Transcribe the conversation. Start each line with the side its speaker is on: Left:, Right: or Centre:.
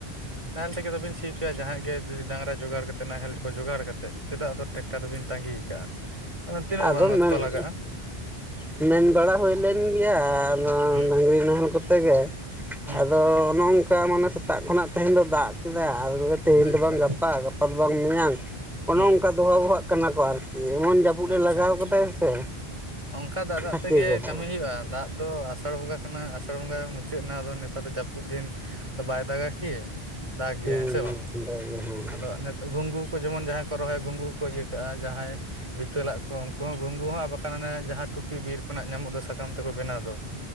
Right: ᱱᱟᱦᱮᱞ ᱛᱮᱜᱮ ᱵᱟᱵᱤᱱ ᱥᱤ ᱦᱚᱪᱚᱭᱟ ᱡᱟᱦᱟᱸᱭᱟᱜ ᱜᱮ ᱡᱩᱫᱤ ᱰᱟᱝᱨᱟ ᱡᱳᱜᱟᱲ ᱠᱟᱛᱮᱫ ᱱᱟᱦᱮᱞ ᱠᱚ ᱡᱚᱜᱟᱲ ᱠᱟᱛᱮᱫ ᱪᱮᱫᱟᱜ ᱴᱮᱠᱴᱟᱨ ᱫᱚᱵᱤᱱ ᱛᱟᱸᱜᱤ ᱠᱟᱜᱼᱟ ᱚᱱᱟ ᱛᱤᱱᱟᱹᱜ
Centre: ᱟᱫᱚ
Right: ᱵᱟᱝ ᱚᱠᱛᱚ
Centre: ᱢᱮᱱ
Right: ᱞᱟᱜᱟᱜᱼᱟ?
Centre: ᱢᱮᱱ ᱵᱟᱲᱟ ᱦᱩᱭ ᱞᱮᱱ ᱜᱮᱭᱟ ᱚᱱᱟ
Right: ᱦᱩᱸ
Centre: ᱰᱟᱝᱨᱤ ᱱᱟᱦᱮᱞ ᱠᱚᱛᱮ ᱜᱮ
Right: ᱦᱩᱸ
Centre: ᱟᱫᱚ ᱚᱱᱮ ᱚᱱᱠᱟ ᱢᱟᱱᱮ ᱥᱮᱛᱟᱜ ᱠᱷᱚᱱᱟᱜ ᱛᱮᱦᱮᱧ ᱫᱚ ᱫᱟᱜ ᱠᱮᱫᱟ ᱟᱨᱮ ᱛᱮᱦᱮᱧ
Right: ᱟᱪᱪᱷᱟ
Centre: ᱫᱚ ᱵᱟᱝ ᱜᱟᱯᱟ ᱜᱟᱯᱟ ᱫᱚ ᱵᱟᱝ ᱢᱮᱭᱟᱝ ᱚᱱᱮ
Right: ᱦᱩᱸ
Centre: ᱚᱱᱠᱟ ᱫᱚᱦᱚ ᱵᱚᱦᱟᱜ ᱠᱟᱱᱟ ᱠᱚ ᱟᱨᱠᱤ ᱮᱢᱚᱱ ᱡᱟᱯᱩᱫ
Right: ᱟᱪᱪᱷᱟ
Centre: ᱮ ᱞᱟᱜᱟᱣ ᱠᱟᱫᱟᱭ ᱥᱮ
Right: ᱚᱱᱠᱟ ᱫᱟᱜ ᱫᱟᱜ
Centre: ᱠᱷᱟᱪᱮ
Right: ᱛᱮᱜᱮ
Centre: ᱡᱟᱯᱩᱫ
Right: ᱠᱟᱹᱢᱤ ᱦᱩᱭᱩᱜᱼᱟ
Centre: ᱾
Right: ᱫᱟᱜ ᱫᱚ ᱟᱥᱟᱲ ᱵᱚᱸᱜᱟ ᱠᱟᱱᱟ ᱟᱥᱟᱲ ᱵᱚᱸᱜᱟ ᱢᱩᱪᱟᱹᱫ ᱮᱱᱟ ᱟᱫᱚ ᱱᱮᱛᱟᱨ ᱫᱚ ᱡᱟᱹᱯᱩᱫ ᱫᱤᱱ ᱟᱫᱚ ᱵᱟᱭ ᱫᱟᱜᱟ ᱠᱤ ᱫᱟᱜ ᱜᱮᱭᱟ
Centre: ᱦᱩᱸ
Right: ᱦᱮᱸ ᱥᱮ
Centre: ᱚᱱᱠᱟᱜᱮ
Right: ᱵᱟᱝ
Centre: ᱦᱮᱸ
Right: ᱟᱫᱚ ᱱᱮ ᱜᱷᱩᱸᱜᱩ ᱠᱚ ᱡᱮᱢᱚᱱ ᱡᱟᱦᱟᱸᱭ ᱠᱚ ᱨᱚᱦᱚᱭᱟ ᱜᱷᱩᱸᱜᱩ ᱠᱚ ᱤᱭᱟᱹ ᱠᱟᱜᱼᱟ ᱡᱟᱦᱟᱸᱭ ᱵᱤᱛᱟᱹᱞᱟᱜ ᱠᱚ ᱩᱱᱠᱩ ᱦᱚᱸ ᱜᱷᱩᱸᱜᱩ ᱦᱚᱸ ᱟᱨ ᱵᱟᱠᱷᱟᱱ ᱚᱱᱮ ᱡᱟᱦᱟᱸ ᱴᱩᱯᱤ ᱵᱤᱨ ᱠᱷᱚᱱᱟᱜ ᱧᱟᱢᱚᱜ ᱫᱚ ᱥᱟᱠᱟᱢ ᱛᱮᱠᱚ ᱵᱮᱱᱟᱣ ᱫᱚ